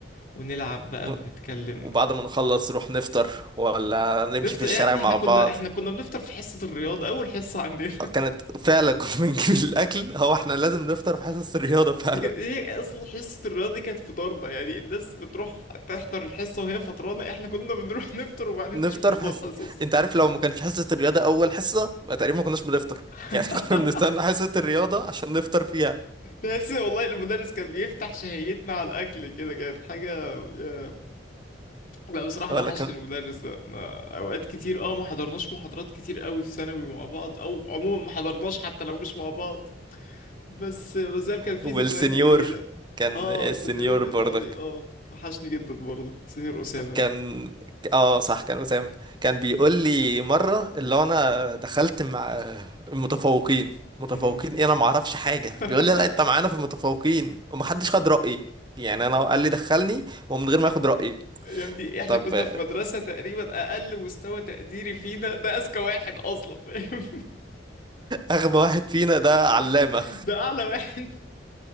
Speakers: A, on the left; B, on the right.
A: ونلعب بقى
B: و-
A: ونتكلم
B: وبعد ما نخلص نروح نفطر ولا نمشي
A: نفطر
B: في الشارع
A: يا ابني
B: مع
A: احنا كنا
B: بعض
A: احنا كنا بنفطر في حصة الرياضة اول حصة عندنا <laughs>
B: كانت فعلا كنا <laughs> بنجيب الاكل هو احنا لازم نفطر في حصص الرياضه فعلا
A: دي كانت هي اصلا حصة الرياضة دي كانت فطارنا يعني الناس بتروح تحضر الحصة وهي فطرانة احنا كنا بنروح نفطر وبعدين
B: نفطر
A: نشوف موضوع
B: في حص...
A: الحصص
B: انت عارف لو ما كانش حصه الرياضه اول حصه ما تقريبا ما كناش بنفطر
A: <laughs>
B: يعني <laughs> كنا بنستنى حصه الرياضه عشان نفطر فيها
A: بس والله المدرس كان بيفتح شهيتنا على الأكل كده كانت حاجة يا- لا بصراحة
B: ولا
A: وحشني
B: كان
A: المدرس ده أنا أوقات كتير أه ما حضرناش محاضرات كتير قوي في ثانوي مع بعض أو عموما ما حضرناش حتى لو مش مع بعض بس مازال كان في
B: والسنيور
A: ذكريات جميلة
B: كان
A: أه
B: السنيور
A: سنيور الإيطالي
B: برضك
A: أه وحشني جدا برضه سنيور أسامة
B: كان اه صح كان أسامة كان بيقول لي مرة اللي هو انا دخلت مع المتفوقين متفوقين
A: مم.
B: ايه انا ما اعرفش حاجة
A: <laughs>
B: بيقول لي لا انت معانا في المتفوقين ومحدش خد رأيي يعني انا قال لي دخلني ومن غير ما ياخد رأيي
A: يا ابني احنا
B: طب
A: كنا
B: <laughs>
A: في مدرسة تقريبا أقل مستوى تقديري فينا ده أذكى واحد أصلا فاهم
B: اغبى واحد فينا ده علامة
A: <laughs> ده أعلى واحد